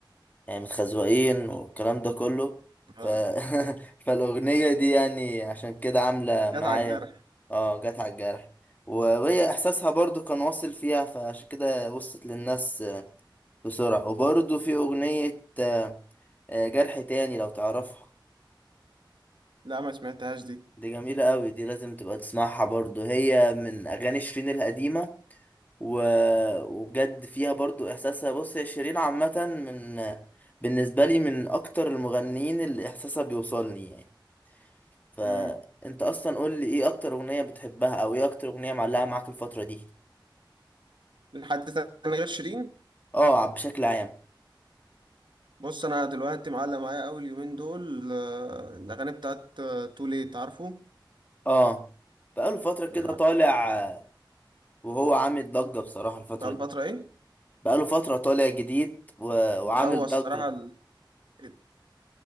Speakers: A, on the left; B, on the right.
A: يعني متخزوقين والكلام ده كله
B: آه.
A: ف... <laughs> فالأغنية دي يعني عشان كده عاملة
B: جت
A: معايا
B: على الجرح
A: اه جت على الجرح وهي إحساسها برضو كان واصل فيها فعشان كده وصلت للناس آه، بسرعة وبرضو في أغنية آه، آه، جرح تاني لو تعرفها
B: لا ما سمعتهاش دي
A: دي جميلة قوي دي لازم تبقى تسمعها برضو هي من أغاني شيرين القديمة و... وبجد فيها برضو احساسها بص هي شيرين عامة من بالنسبة لي من اكتر المغنيين اللي احساسها بيوصلني يعني فانت
B: امم
A: اصلا قول لي ايه اكتر اغنية بتحبها او ايه اكتر اغنية معلقة معاك الفترة دي
B: لحد تاني غير شيرين
A: اه ع- بشكل عام
B: بص انا دلوقتي معلق معايا اول يومين دول آه، الاغاني بتاعت تو ليت عارفه
A: اه بقاله فترة كده
B: يعني
A: طالع آه، وهو عامل ضجة بصراحة الفترة
B: بقى الفتره
A: دي
B: ايه
A: بقاله فترة طالع جديد و... وعامل
B: لا هو الصراحه
A: ضجة
B: ال- الت-